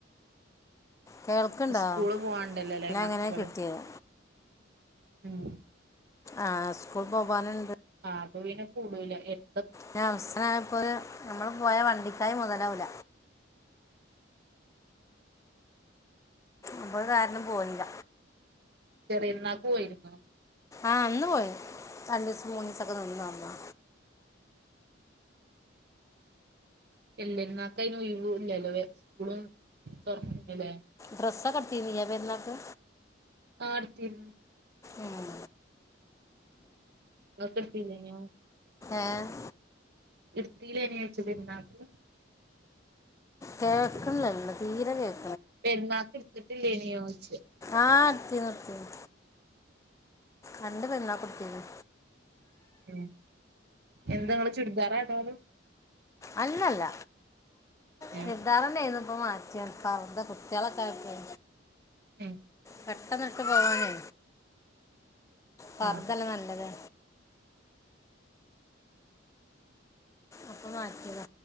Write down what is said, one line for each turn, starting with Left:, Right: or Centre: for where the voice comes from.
Left: കേൾക്കണ്ടോ
Right: സ്കൂള് പോവാണ്ടല്ലോല്ലേ
Left: പിന്നെ
Right: മക്കള്
Left: അങ്ങനെ കിട്ടിയത്
Right: ഉം
Left: ആഹ് സ്കൂൾ പോവാനുണ്ട്
Right: ആഹ് അപ്പൊ പിന്നെ കൂടുല. ഏഹ്
Left: ഞാനവസാനപ്പോയ നമ്മള് പോയാ വണ്ടിക്കായ് മൊതലാവൂല. അപ്പം കാരണം പോയില്ല.
Right: ചെറിയപെരുന്നാക്ക് പോയിരുന്നോ?
Left: ആഹ് അന്ന് പോയി. രണ്ടീസം മൂന്നീസൊക്കെ നിന്നു വന്നതാ.
Right: വല്യ പെരുന്നായിക്കയിന് ഒയിവും ഇല്ലല്ലോ സ്കൂള് തൊറന്നു കയിഞ്ഞില്ലേ?
Left: ഡ്രസൊക്കെ എടുത്തീനി യ്യ് പെരുന്നാക്ക്?
Right: അടുത്തിരുന്നു.
Left: ഉം
Right: ഇങ്ങക്കെടുത്തില്ലേനു?
Left: ഏഹ്
Right: എടുത്തില്ലേനിയ്യ് ചെറിയ പെരുനാക്ക്?
Left: കേക്കണതില്ല തീരെ കേക്
Right: പെരുന്നാക്ക് എടുത്തിട്ടില്ലേനിയോയിച്ചു.
Left: ആ ഇട്ത്തീനിത്തീനി രണ്ട് പെരുന്നാകുട്ത്തീനി
Right: ഉം എന്തങ്ങള് ചുരിദാരാ ഇടല്
Left: അല്ലല്ല
Right: ഏഹ്
Left: ചുരിദാറന്നേനു ഇപ്പ മാ റ്റി പർദ്ദ കുട്ടിയാളൊക്കായപ്പെ
Right: ഉം
Left: പെട്ടെന്നിട്ട് പോവാനേ പർദ്ദല്ലെ
Right: ആഹ്
Left: നല്ലത്. അപ്പൊ മാറ്റിയത.